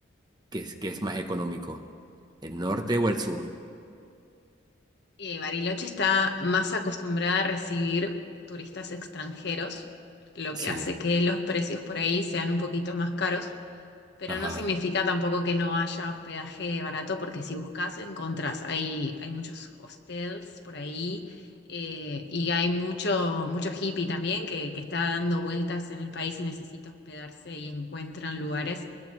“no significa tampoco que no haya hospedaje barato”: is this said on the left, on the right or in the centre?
Left